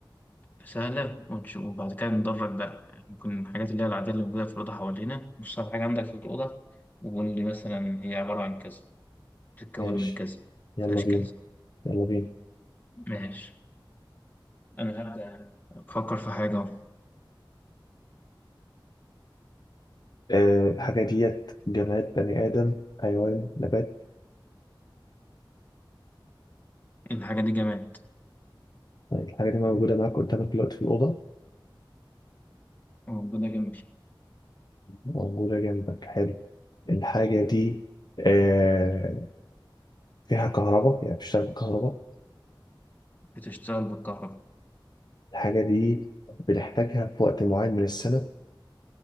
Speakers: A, on the left; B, on the left.
A: سهلة ونش- وبعد كده ندرج بقى يعني ممكن الحاجات اللي هي العادية اللي موجودة في الأوضة حوالينا مش صعب حاجة عندك في الأوضة وقول لي مثلا هي عبارة عن كذا بتتكون
B: ماشي
A: من كذا
B: يلا
A: مفيهاش
B: بينا
A: كذا
B: يلا بينا
A: ماشي أنا هبدأ أفكر في حاجة أهو
B: أه الحاجة ديت جماد بني آدم حيوان نبات
A: الحاجة دي جماد
B: طيب الحاجة دي موجودة معاك قدامك دلوقتي في الأوضة
A: ربنا جميل
B: موجودة جنبك حلو الحاجة دي آه، فيها كهرباء يعني بتشتغل بالكهرباء
A: بتشتغل بالكهرباء
B: الحاجة دي بنحتاجها في وقت معين من السنة